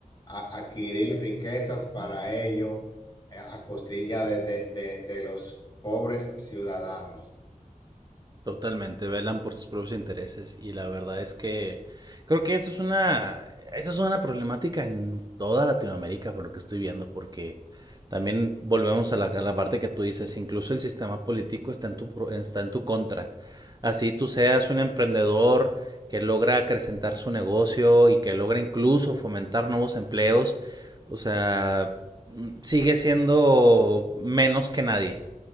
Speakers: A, on the left; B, on the right.
A: a- adquirir riquezas para ellos eh, a costilla de, de, de, de los pobres ciudadanos.
B: Totalmente, velan por sus propios intereses y la verdad es que creo que eso es una, esta es una problemática en toda Latinoamérica por lo que estoy viendo, porque también volvemos a la, a la parte que tú dices, incluso el sistema político está en tu, pro- está en tu contra. Así tú seas un emprendedor que logra acrecentar su negocio y que logra incluso fomentar nuevos empleos, o sea, mm, sigue siendo menos que nadie.